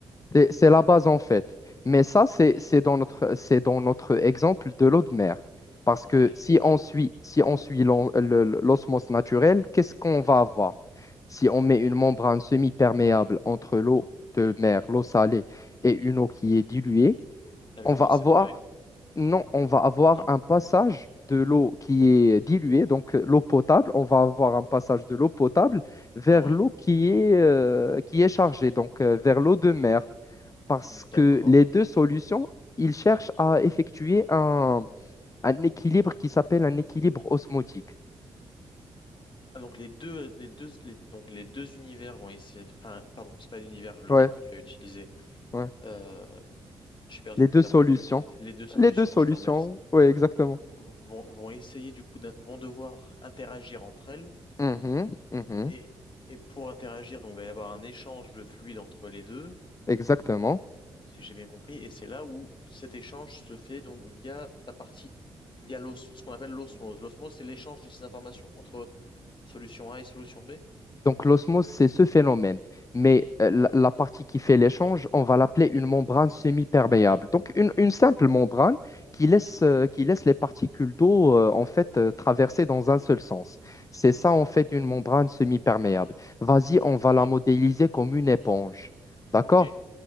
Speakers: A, on the left; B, on the left.
A: C'est c'est la base en fait. Mais ça, c'est c'est dans notre, c'est dans notre exemple de l'eau de mer. Parce
B: Oui,
A: que si on suit, si on suit l'on- le- le- l'osmose naturelle, qu'est-ce qu'on va avoir? Si on met une membrane semi-perméable entre l'eau de mer, l'eau salée, et une eau qui est diluée,
B: elles
A: on
B: vont
A: va
B: se
A: avoir,
B: séparer.
A: non, on va avoir
B: Non?
A: un passage de l'eau qui est diluée, donc euh, l'eau potable, on va avoir un passage de l'eau potable vers
B: Ah Ouais,
A: l'eau qui est, euh, qui est chargée, donc euh, vers l'eau de mer parce
B: d'accord.
A: que les deux solutions, ils cherchent à effectuer un, un équilibre qui s'appelle un équilibre osmotique.
B: Ah, Donc les deux, les deux, les- donc les deux univers vont essayer de- enfin, pardon, c'est pas l'univers le
A: Ouais,
B: terme que tu as utilisé.
A: ouais.
B: Euh, j'ai perdu
A: Les
B: le
A: deux
B: terme
A: solutions.
B: que tu as utilisé. Les deux solutions,
A: Les deux solutions,
B: je te remercie,
A: oui, exactement.
B: vont, vont essayer du coup, d'in- vont devoir interagir entre elles
A: Mhm, mhm,
B: Et, et pour interagir, donc, il va y avoir un échange de fluide entre les deux,
A: exactement.
B: si j'ai bien compris, et c'est là où cet échange se fait donc via la partie, via l'os, ce qu'on appelle l'osmose. L'osmose, c'est l'échange de ces informations entre solution A et solution B.
A: Donc l'osmose, c'est ce phénomène. Mais euh, la, la partie qui fait l'échange, on va l'appeler une membrane semi-perméable. Donc une, une simple membrane qui laisse, euh, qui laisse les particules d'eau euh, en fait euh, traverser dans un seul sens. C'est ça en fait une membrane semi-perméable. Vas-y, on va
B: Ok,
A: la modéliser comme une éponge. D'accord?
B: ok,